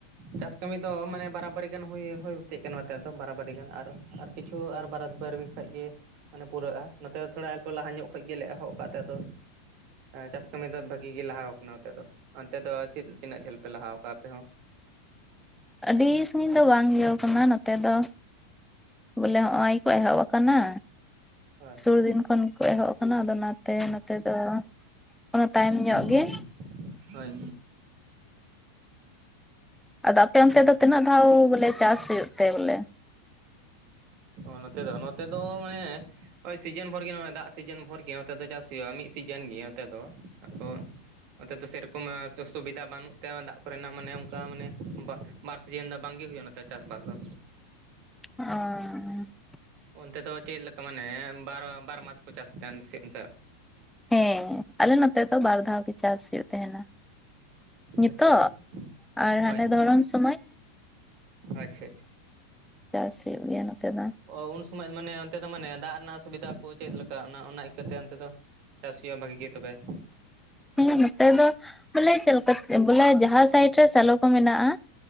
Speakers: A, on the right (about 55°); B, in the centre.
A: ᱪᱟᱥ ᱠᱟᱹᱢᱤ ᱫᱚ ᱢᱟᱱᱮ ᱵᱟᱨᱟᱵᱟᱨᱤ ᱜᱟᱱ ᱦᱩᱭ ᱦᱩᱭ ᱛᱤᱜ ᱠᱟᱱᱟ ᱠᱟᱱ ᱫᱚ ᱵᱟᱨᱟᱵᱟᱨᱤ ᱜᱟᱱ ᱟᱨ, ᱟᱨ ᱠᱤᱪᱷᱩ ᱟᱨ ᱵᱟᱨᱛ ᱵᱟᱨᱤ ᱠᱷᱟᱱ ᱜᱮ, ᱢᱟᱱᱮ ᱯᱩᱨᱟᱜ-ᱟ ᱱᱚᱛᱮ ᱫᱚ ᱛᱷᱚᱲᱟ ᱮᱞᱯᱚ ᱞᱟᱦᱟ ᱧᱚᱜ ᱠᱷᱚᱡ ᱜᱮᱞᱮ ᱮᱦᱚᱵ ᱠᱟᱜ ᱠᱟᱫ ᱛᱮ ᱟᱫᱚ, ᱪᱟᱥ ᱠᱟᱹᱢᱤ ᱫᱚ ᱵᱷᱟᱹᱜᱤ ᱜᱮ ᱞᱟᱦᱟᱣ ᱠᱟᱱᱟ ᱱᱚᱛᱮ ᱫᱚ ᱚᱱᱛᱮ ᱫᱚ ᱪᱮᱫ ᱛᱤᱱᱟᱹᱜ ᱡᱷᱟᱹᱞ ᱯᱮ ᱞᱟᱦᱟᱣ ᱠᱟᱜ ᱟᱯᱮ ᱦᱚᱸ?
B: ᱟᱹᱰᱤ ᱥᱟᱺᱜᱤᱧ ᱫᱚ ᱵᱟᱝ ᱤᱭᱟᱹᱣ ᱠᱟᱱᱟ ᱱᱚᱛᱮ ᱫᱚ᱾ ᱵᱚᱞᱮ ᱦᱚᱸᱜ-ᱚᱭ ᱠᱚ ᱮᱦᱚᱵ ᱟᱠᱟᱱᱟ᱾
A: ᱦᱳᱭ,
B: ᱥᱩᱨ ᱫᱤᱱ ᱠᱷᱚᱱ ᱜᱮᱠᱚ ᱮᱦᱚᱵ ᱠᱟᱱᱟ ᱟᱫᱚ ᱱᱟᱛ ᱛᱮ ᱱᱚᱛᱮ ᱫᱚ ᱚᱱᱟ ᱛᱟᱭᱚᱢ ᱧᱚᱜ ᱜᱮ,
A: ᱦᱳᱭ ᱦᱳᱭ
B: ᱟᱫᱚ ᱟᱯᱮ ᱚᱱᱛᱮ ᱫᱚ ᱛᱤᱱᱟᱹᱜ ᱫᱷᱟᱣ ᱵᱚᱞᱮ ᱪᱟᱥ ᱦᱩᱭᱩᱜ ᱛᱮ ᱵᱚᱞᱮ?
A: ᱚ ᱱᱚᱛᱮ ᱫᱚ, ᱱᱚᱛᱮ ᱫᱚ ᱢᱟᱱᱮ, ᱦᱳᱭ ᱥᱤᱡᱤᱱ ᱵᱷᱳᱨ ᱜᱮ ᱱᱚᱜ-ᱚᱭ ᱫᱟᱜ ᱥᱤᱡᱤᱱ ᱵᱷᱳᱨ ᱜᱮ ᱱᱚᱛᱮ ᱫᱚ ᱪᱟᱥ ᱦᱩᱭᱩᱜ-ᱟ ᱢᱤᱫ ᱥᱤᱡᱤᱱ ᱜᱮ ᱱᱚᱛᱮ ᱫᱚ ᱟᱫᱚ, ᱚᱱᱚᱛᱮ ᱫᱚ ᱥᱮᱨᱚᱠᱚᱢ ᱥᱩᱵ-ᱥᱩᱵᱤᱫᱷᱟ ᱵᱟᱹᱱᱩᱜ ᱛᱮ ᱦᱚᱸᱭ ᱫᱟᱜ ᱠᱚᱨᱮᱱᱟᱜ ᱢᱟᱱᱮ ᱚᱝᱠᱟ ᱢᱟᱱᱮ, <unintelligible> ᱥᱤᱡᱤᱱ ᱫᱚ ᱵᱟᱝ ᱜᱮ ᱦᱩᱭᱩᱜ-ᱟ ᱱᱚᱛᱮ ᱪᱟᱥᱵᱟᱥ ᱫᱚ᱾
B: ᱚ
A: ᱚᱱᱛᱮ ᱫᱚ ᱪᱮᱫ ᱞᱮᱠᱟ ᱢᱟᱱᱮ ᱵᱟᱨᱚ ᱵᱟᱨ ᱢᱟᱥ ᱠᱚ ᱪᱟᱥ ᱛᱟᱸᱦᱮᱱᱫ ᱥᱮ ᱚᱝᱠᱟ?
B: ᱦᱮᱸ ᱟᱞᱮ ᱱᱚᱛᱮ ᱫᱚ ᱵᱟᱨ ᱫᱷᱟᱣ ᱜᱮ ᱪᱟᱥ ᱦᱩᱭᱩᱜ ᱛᱟᱦᱮᱸᱱᱟ᱾ ᱱᱤᱛᱚᱜ
A: ᱟᱪᱪᱷᱟ ᱟᱪᱪᱷᱟ
B: ᱟᱨ
A: ᱦᱳᱭ
B: ᱦᱟᱱᱮ ᱫᱷᱚᱲᱚᱱ ᱥᱚᱢᱚᱭ᱾
A: ᱟᱪᱪᱷᱟ ᱟᱪᱪᱷᱟ᱾
B: ᱪᱟᱜ ᱥᱮ ᱩᱱᱤᱭᱟᱜ ᱱᱚᱛᱮ ᱱᱟᱜ
A: ᱚ ᱩᱱ ᱥᱚᱢᱚᱭ ᱢᱟᱱᱮ ᱚᱱᱛᱮ ᱫᱚ ᱢᱟᱱᱮ ᱫᱟᱜ ᱨᱮᱱᱟᱜ ᱥᱩᱵᱤᱫᱷᱟ ᱠᱚ ᱪᱮᱫ ᱞᱮᱠᱟ? ᱚᱱᱟ ᱚᱱᱟ ᱤᱠᱟᱹᱛᱮ ᱚᱱᱛᱮ ᱫᱚ ᱪᱟᱥ ᱦᱩᱭᱩᱜᱼᱟ ᱵᱷᱟᱜᱤ ᱜᱮ ᱛᱚᱵᱮ ᱾
B: ᱦᱮᱸ ᱱᱚᱛᱮ ᱫᱚ ᱵᱚᱞᱮ ᱪᱮᱞᱠᱟ ᱠᱟᱛᱮᱜ ᱵᱚᱞᱮ ᱡᱟᱦᱟᱸ ᱥᱟᱭᱤᱴ ᱨᱮ ᱥᱮᱞᱚ ᱠᱚ ᱢᱮᱱᱟᱜᱼᱟ